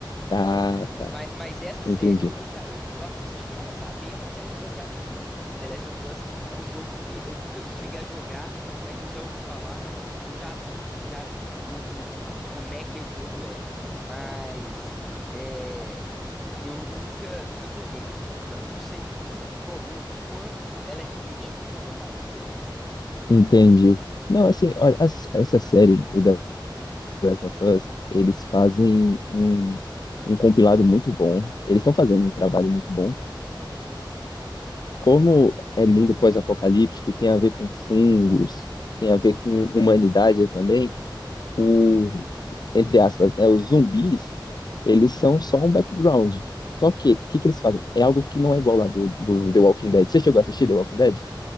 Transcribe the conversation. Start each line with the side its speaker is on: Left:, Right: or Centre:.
Left: Tá, tá.
Centre: Mas, mas essa série
Left: Entendi.
Centre: eu, eu já eu, eu assisti ela sabendo que ela é baseada em jogo. O The Last of Us é um jogo que eu nunca cheguei a jogar, mas eu já ouvi falar e eu já vi, já vi um pouco como é que o jogo é. Mas é, e- e- eu nunca nunca joguei, então eu não sei o, qu- o, o quanto ela é fidedigna ou não ao jogo, né?
Left: Entendi. Não, assim, olha, as- essa série, o The Last of Us, eles fazem um, um compilado muito bom. Eles estão fazendo um trabalho muito bom. Como é mundo pós-apocalíptico e tem a ver com fungos, tem a ver com humanidade também. o, o que- entre aspas, né, os zumbis, eles são só um background. Só que, o que que eles fazem? É algo que não é igual lá do, do The Walking Dead. Você chegou a assistir The Walking Dead?